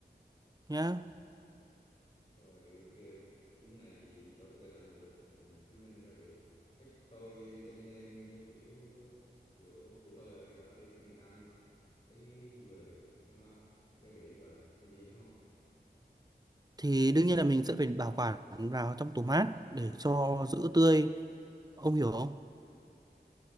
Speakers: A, on the right; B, on the left.
A: nhá
B: rồi ok bước này thì tôi có thể làm được thì mình cứ nêm gia vị chắc tôi sẽ nêm theo kiểu chỗ chỗ tôi ở, ở đây chỗ miền Nam đi thấy vừa là được không ha gia vị như vậy còn gì nữa không
A: thì đương nhiên là mình sẽ phải bảo quản vào trong tủ mát để cho giữ tươi ông hiểu không